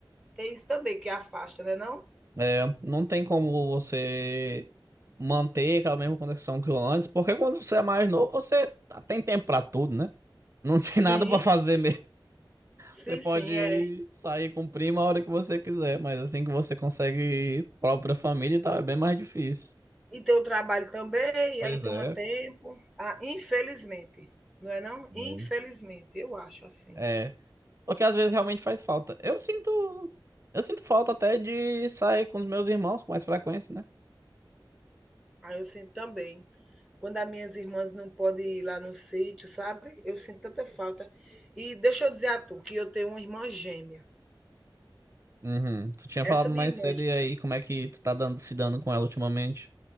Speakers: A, in the centre; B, on the right.
A: Tem isso também que afasta, né, não?
B: É, não tem como você manter aquela mesma conexão que antes, porque quando você é mais novo, você tem tempo pra tudo, né? Não <laughs> tem
A: Sim,
B: nada pra fazer
A: sim,
B: Você pode
A: sim. É.
B: sair com prima a hora que você quiser, mas assim que você consegue própria família, tá, é bem mais difícil.
A: E tem o trabalho também,
B: Pois
A: e aí toma
B: é.
A: tempo. Ah, infelizmente, não é não? Infelizmente,
B: É.
A: eu acho assim.
B: É. Porque às vezes realmente faz falta. Eu sinto. Eu sinto falta até de sair com os meus irmãos com mais frequência, né?
A: Aí eu sinto também. Quando as minhas irmãs não podem ir lá no sítio, sabe? Eu sinto tanta falta. E deixa eu dizer a tu que eu tenho uma irmã gêmea.
B: Uhum. Tu tinha falado
A: Essa
B: mais
A: minha irmã,
B: cedo, e aí, como é que tu tá dando, se dando com ela ultimamente?